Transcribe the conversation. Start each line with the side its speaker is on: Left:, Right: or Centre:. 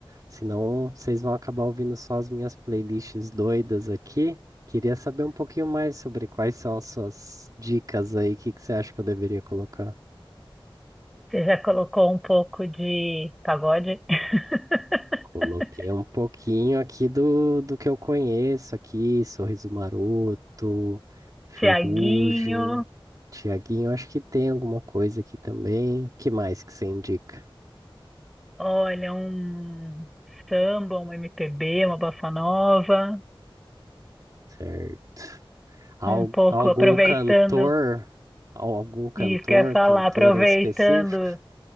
Right: Senão, vocês vão acabar ouvindo só as minhas playlists doidas aqui. Queria saber um pouquinho mais sobre quais são as suas dicas aí, o que que você acha que eu deveria colocar?
Centre: Você já colocou um pouco de pagode? <laughs>
Right: Coloquei um pouquinho aqui do, do que eu conheço aqui, Sorriso Maroto, Ferrugem,
Centre: Tiaguinho,
Right: Tiaguinho, acho que tem alguma coisa aqui também. Que mais que você indica?
Centre: olha, um samba, um MPB, uma bossa nova,
Right: Certo. Al-
Centre: um pouco
Right: algum
Centre: aproveitando,
Right: cantor? Al- Algum cantor,
Centre: isso que eu ia falar,
Right: cantor
Centre: aproveitando,
Right: em específico?